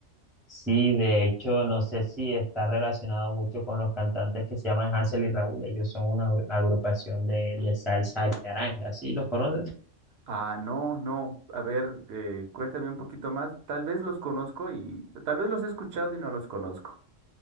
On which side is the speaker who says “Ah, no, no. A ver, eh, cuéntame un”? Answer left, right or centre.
Right